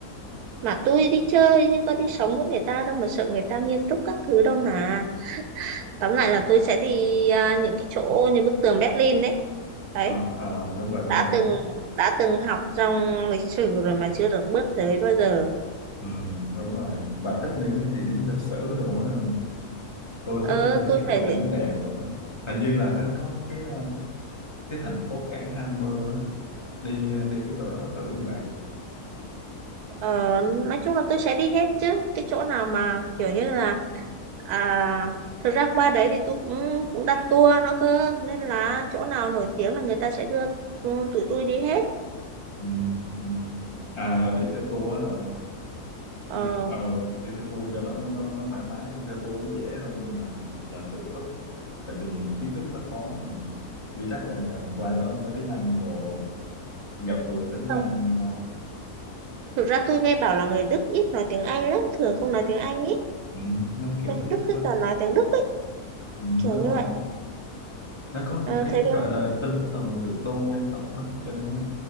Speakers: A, on the right; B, on the left.
A: mà tôi đi chơi chứ có đi sống với người ta đâu mà sợ người ta nghiêm túc các thứ đâu mà tóm lại
B: Ủa,
A: là tôi sẽ đi à, những cái chỗ như bức tường Berlin đấy đấy
B: ờ, ờ, đúng rồi đúng
A: đã
B: rồi
A: từng đã từng học trong lịch sử rồi mà chưa được bước tới bao giờ
B: Ừ, đúng rồi. Bà thích đi mấy cái địa điểm lịch sử đồ ha. Tôi
A: ờ
B: thích đi mấy
A: tôi
B: cái chỗ
A: phải
B: cảnh đẹp rồi. Hình như là hắn có cái ờ, cái thành phố cảng Hamburg á. Đi ờ, đi cái chỗ đó thử đi bạn.
A: ờ, nói chung là tôi sẽ đi hết chứ cái chỗ nào mà kiểu như là À, thực ra qua đấy thì tôi cũng cũng đặt tour nữa cơ nên là chỗ nào nổi tiếng là người ta sẽ đưa ừ, tụi tôi đi hết
B: Ừ, ừ. À
A: ừ.
B: là đi theo tour á, ờ,
A: ờ
B: đi ờ, đi theo tour cho nó nó, nó thoải mái, đi theo tour nó dễ hơn là, là, là tự túc. Tại vì tiếng Đức nó khó mà. Chứ chắc là qua đó nói tiếng Anh đồ gặp người nói tiếng
A: không
B: Anh đâu.
A: thực ra tôi nghe bảo là người Đức ít nói tiếng Anh lắm thường không nói tiếng Anh ít
B: Ừ, nó kiểu
A: bên
B: nó,
A: Đức cứ
B: nó
A: toàn nói tiếng Đức ấy
B: ừ,
A: kiểu
B: đúng
A: như
B: rồi
A: vậy
B: nó có một
A: Ờ,
B: cái
A: thấy
B: gọi
A: không
B: là tinh thần tự tôn dân tộc á cho nên nó,